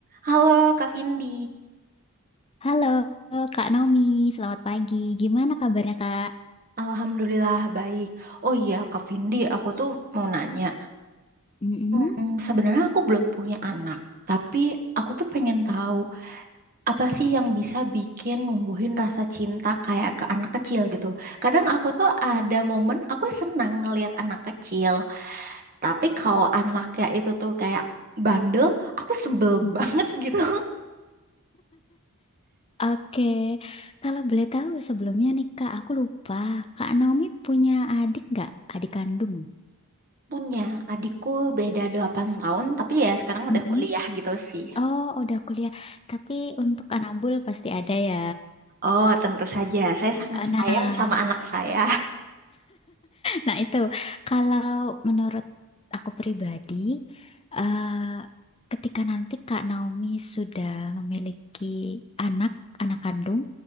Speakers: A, on the right (about 40°); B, on the left (about 25°).
A: Halo Kak Vindi,
B: Halo Kak Naomi, selamat pagi. Gimana kabarnya Kak?
A: Alhamdulillah baik. Oh iya Kak Vindi, aku tuh mau nanya.
B: Mm-mm.
A: Hmm, sebenarnya aku belum punya anak, tapi aku tuh pengen tahu apa sih yang bisa bikin numbuhin rasa cinta kayak ke anak kecil gitu. Kadang aku tuh ada momen aku senang ngelihat anak kecil, tapi kalau anaknya itu tuh kayak bandel, aku sebel
B: <laughs> Mm-mm.
A: <laughs> banget gitu.
B: Oke, Kalau boleh tahu sebelumnya nih Kak, aku lupa. Kak Naomi punya adik nggak? Adik kandung?
A: Punya adikku beda 8 tahun, tapi ya sekarang udah
B: Mm-mm.
A: kuliah gitu sih.
B: Oh, udah kuliah. Tapi untuk anak bul pasti ada ya.
A: Oh, tentu saja. Saya sangat
B: Eh, Nah,
A: sayang sama anak saya.
B: Nah, itu kalau menurut aku pribadi, eh, ketika nanti Kak Naomi sudah memiliki anak, anak kandung,